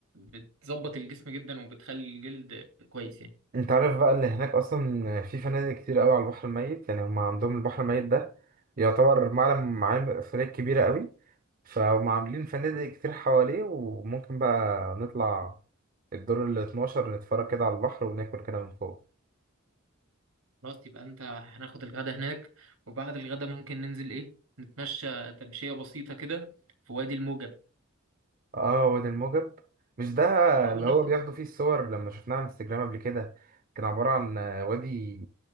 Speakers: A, on the right (about 80°); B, on the right (about 40°).
A: بتظبط الجسم جدا وبتخلي الجلد كويس يعني
B: انت عارف بقى ان هناك اصلا في فنادق كتير قوي على البحر الميت يعني هم عندهم البحر الميت ده يعتبر معلم معالم اثريه كبيره قوي فهم عاملين فنادق كتير حواليه وممكن بقى نطلع الدور ال 12 نتفرج كده على البحر وناكل كده من فوق
A: خلاص يبقى انت هناخد الغدا هناك وبعد الغدا ممكن ننزل ايه نتمشى تمشيه بسيطه كده في وادي الموجب
B: اه وادي الموجب مش ده
A: اه
B: اللي
A: وناخد
B: هو بياخدوا فيه الصور لما شفناه على الانستجرام قبل كده كان عبارة عن وادي